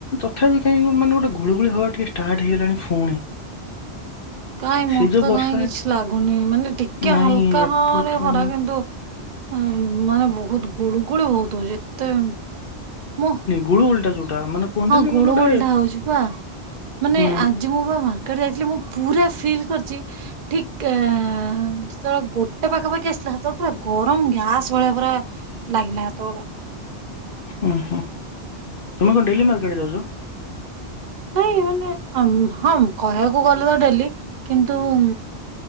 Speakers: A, on the left; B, on the right.
A: ତଥାପି କାଇଁ ମାନେ ଗୋଟେ ଗୁଳିଗୁଳି ହବା ଟିକେ ଷ୍ଟାର୍ଟ ହେଇଗଲାଣି ଫୁଣି।
B: କାଇଁ ମତେ
A: ସେ ଯୋଉ
B: ତ
A: ବର୍ଷା
B: କାଇଁ କିଛି ଲାଗୁନି ମାନେ ଟି କେ
A: ନାଇଁ
B: ହାଲକା
A: ଏପଟରେ
B: ହଁ ରେ ଖରା
A: ଆମର
B: କିନ୍ତୁ ଉଁ ମାନେ ବହୁତୁ ଗୁଳୁ ଗୁଳି ବହୁତ ହଉଛି ଏତେ ବୋ
A: ଗୁଳୁ ଗୁଳିଟା ଯୋଉଟା ମାନେ କୁହନ୍ତିନି
B: ହଁ ଗୁଳୁ
A: ମାନେ ଗୋଟେ
B: ଗୁଳୁଟା ହଉଛି ପା ମାନେ
A: ହୁଁ
B: ଆଜି ମୁଁ ପା ଭା କୁଆଡେ ଯାଇଥିଲି ମୁଁ ପୁରା ଫିଲ୍ କରିଛି ଠିକ୍ ଆ ଆଆ ଯେତେବେଳେ ଗୋଟେ ପାଖାପାଖି ଆସିଥିଲା ସେତଳେ ପୁରା ଗରମ ଗ୍ୟାସ୍ ଭଳିଆ ପୁରା ଲାଗିଲା ହେତୋଳେ।
A: ଉ ହୁଁ
B: ସେଇ
A: ତୁମେ
B: ଟାଇମରୁ
A: କଣ ଡେଲି ମାର୍କେଟ୍ ଯାଉଛ?
B: ନାଇଁ ମାନେ ହଁମ୍ ହଁମ୍ କହିବାକୁ ଗଲେ ତ ଡେଲି କିନ୍ତୁ ଉଁ